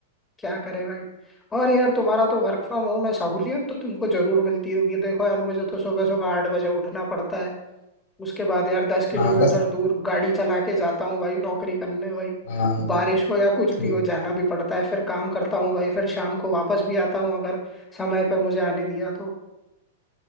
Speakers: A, on the left; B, on the left.
A: क्या करे भाई और यार तुम्हारा तो वर्क फ्रॉम होम है सहूलियत तो तुमको जरूर मिलती होगी देखो यार मुझे तो सुबह सुबह आठ बजे उठना पड़ता है उसके बाद यार दस किलोमीटर
B: हाँ बस
A: दूर गाड़ी चला के जाता हूँ भाई नौकरी करने भाई
B: हाँ
A: बारिश
B: वो तो है
A: हो या कुछ भी
B: वो
A: हो
B: तो
A: जाना भी पड़ता है फिर काम करता हूँ भाई फिर शाम को वापस भी आता हूँ अगर समय पे मुझे आने दिया तो